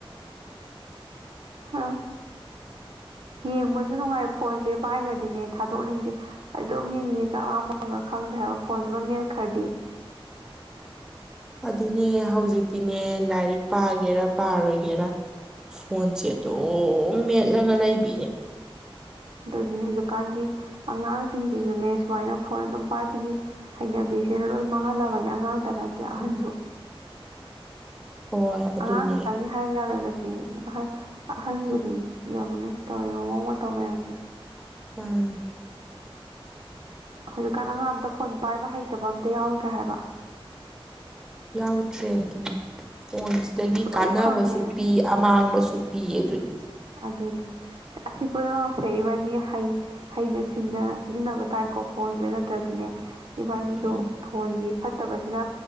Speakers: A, in the centre; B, on the right.
A: <unintelligible>
B: ꯍꯥ ꯌꯦꯡꯕꯁꯨ ꯅꯨꯡꯉꯥꯏ ꯐꯣꯟꯁꯦ ꯄꯥꯏꯈ꯭ꯔꯗꯤꯅꯦ ꯊꯥꯗꯣꯛꯅꯤꯡꯗꯦ ꯑꯗꯨꯝ ꯌꯦꯡꯅꯤꯡꯉꯤ ꯆꯥꯛ ꯂꯥꯃꯒ ꯈꯪꯗꯦ ꯍꯥꯏ ꯐꯣꯟꯖꯕ ꯃꯦꯠ ꯈꯔꯗꯤ
A: ꯑꯗꯨꯅꯦ ꯍꯧꯖꯤꯛꯇꯤꯅꯦ ꯂꯥꯏꯔꯤꯛ ꯄꯥꯒꯦꯔꯥ ꯄꯥꯔꯣꯏꯒꯦꯔꯥ ꯐꯣꯟꯁꯦ ꯑꯗꯨꯝ
B: ꯎꯝ
A: ꯃꯦꯠꯂꯒ ꯂꯩꯕꯤꯌꯦ
B: ꯑꯗꯨꯅꯤ ꯍꯧꯖꯤꯛꯀꯥꯟꯗꯤ ꯑꯉꯥꯡꯁꯤꯡꯁꯤꯁꯨꯅꯦ ꯁꯨꯃꯥꯏꯅ ꯐꯣꯟ ꯑꯗꯨꯝ ꯄꯥꯏꯕꯒꯤ ꯍꯩꯅꯕꯤꯁꯤꯅ ꯂꯣꯏ ꯃꯥꯡꯍꯜꯂꯕꯅꯤ ꯑꯉꯥꯡꯇ ꯅꯠꯇꯦ ꯑꯍꯟꯁꯨ
A: ꯎꯝ ꯍꯣꯏ ꯑꯗꯨꯅꯦ
B: ꯑꯉꯥꯡ ꯈꯛꯇꯪꯅꯤ ꯍꯥꯏꯕ ꯌꯥꯔꯣꯏꯕ ꯑꯍꯟ ꯑꯍꯟꯖꯨꯅꯤ ꯌꯦꯡꯉꯨꯅꯦ ꯇꯧꯔꯤꯕ ꯃꯑꯣꯡ ꯃꯇꯧ ꯃꯌꯥꯝꯁꯦ
A: ꯃꯅꯤ
B: ꯍꯧꯖꯤꯛꯀꯥꯟ ꯑꯉꯥꯡ ꯑꯝꯇ ꯐꯣꯟ ꯄꯥꯏꯕ ꯍꯩꯇꯕ ꯑꯝꯇ ꯌꯥꯎꯗ꯭ꯔꯦ ꯍꯥꯏꯕ
A: ꯌꯥꯎꯗ꯭ꯔꯦ ꯑꯗꯨꯝ ꯐꯣꯟꯁꯤꯗꯒꯤ
B: ꯂꯣꯏ
A: ꯀꯥꯟꯅꯕꯁꯨ
B: ꯈꯪꯉꯦ
A: ꯄꯤ ꯑꯃꯥꯡꯕꯁꯨ ꯄꯤꯌꯦ ꯗꯨꯅꯤ
B: ꯑꯗꯨꯅꯤ ꯑꯁꯤ ꯄꯨꯝꯅꯃꯛꯁꯦ ꯏꯕꯥꯅꯤ ꯍꯩ ꯍꯩꯅ ꯁꯤꯡꯅ ꯁꯤꯖꯤꯟꯅꯕ ꯇꯥꯏꯀꯣ ꯐꯣꯟꯁꯦ ꯅꯠꯇ꯭ꯔꯗꯤꯅꯦ ꯏꯕꯥꯅꯤꯁꯨ
A: ꯎꯝ
B: ꯐꯣꯟꯒꯤ ꯐꯠꯇꯕꯁꯤꯅ